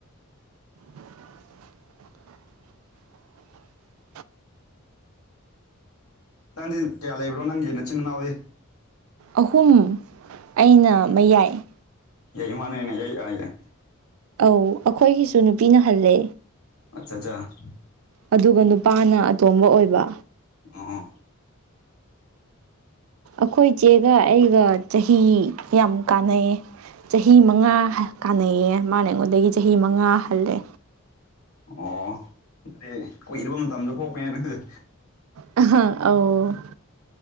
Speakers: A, on the right; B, on the left.
A: <inaudible> <inaudible>
B: ꯅꯪꯗꯤ ꯀꯌꯥ ꯂꯩꯕ꯭ꯔꯣ ꯅꯪꯒꯤ ꯅꯆꯤꯟ ꯃꯅꯥꯎꯗꯤ
A: ꯑꯍꯨꯝ ꯑꯩꯅ
B: ꯑꯣꯅ
A: ꯃꯌꯥꯏ
B: <inaudible>
A: ꯑꯣ ꯑꯩꯈꯣꯏꯒꯤꯁꯨ ꯅꯨꯄꯤꯅ ꯍꯜꯂꯦ
B: ꯑꯆꯥ ꯆꯆꯥ
A: ꯑꯗꯨꯒ ꯅꯨꯄꯥꯅ ꯑꯇꯣꯝꯕ ꯑꯣꯏꯕ
B: <unintelligible>
A: ꯑꯩꯈꯣꯏ ꯏꯆꯦꯒ ꯑꯩꯒ ꯆꯍꯤ ꯌꯥꯝ ꯀꯥꯟꯅꯩꯌꯦ ꯆꯍꯤ ꯃꯉꯥ ꯀꯥꯟꯅꯩꯌꯦ ꯃꯥꯅ ꯑꯩꯉꯣꯟꯗꯒꯤ ꯆꯍꯤ ꯃꯉꯥ ꯍꯜꯂꯦ
B: ꯑꯣ ꯑꯗꯨꯗꯤ ꯀꯨꯏꯔꯕ ꯃꯇꯝꯗ ꯄꯣꯛꯄꯅꯦ ꯅꯪꯁꯦ <unintelligible>
A: <unintelligible> ꯑꯧ